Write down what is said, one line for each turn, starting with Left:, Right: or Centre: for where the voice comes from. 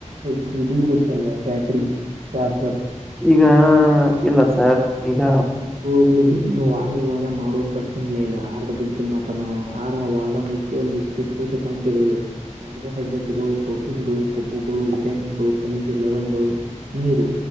Right: ಇ ಇರುತ್ತಲ್ವಾ ಬ್ಯಾಟ್ರಿ ಚಾರ್ಜರ್
Centre: ಹ ಈಗ
Right: <unintelligible>
Centre: ಇಲ್ಲ ಸರ್ ಈಗ
Right: ಹ ಹೋಗ್ಲಿದ್ರೆ ಇನ್ನನ್ನು ವಾದ ವಿವಾದ ಮಾಡುವ ಪ್ರಶ್ನೆ ಇಲ್ಲ ಇಲ್ಲ ಆಹಾರದ ಬಗ್ಗೆ ಮಾತ್ರ ಆಹಾರವಾದ ಮುಖ್ಯ ಒಂದಷ್ಟು ಪೋಷಕಾಂಶಗಳಿವೆ ಕಾರ್ಬೋಹೈಡ್ರೇಟ್ಗಳು ಪ್ರೋಟೀನ್ ಗಳು ಕೊಬ್ಬುಗಳು ವಿಟಾಮಿನ್ ಗಳು ಖನಿಜ ಲವಣಗಳು ನೀರು